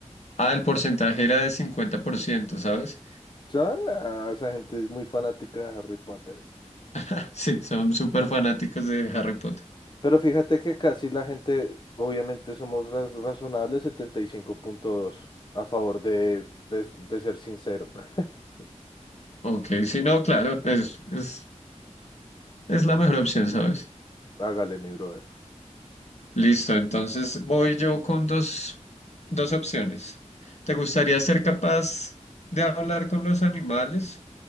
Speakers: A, on the left; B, on the left.
A: Ah, el porcentaje era de 50%, ¿sabes?
B: Ya, nah, esa gente es muy fanática de Harry Potter.
A: <laughs> Sí, son súper fanáticos de Harry Potter.
B: Pero fíjate que casi la gente, obviamente somos raz- razonables, 75.2 a favor de, de, de ser sincero. <laughs>
A: Ok, sí, no, claro, es, es, es la mejor opción, ¿sabes?
B: Hágale, mi brother.
A: Listo, entonces voy yo con dos, dos opciones. ¿Te gustaría ser capaz de hablar con los animales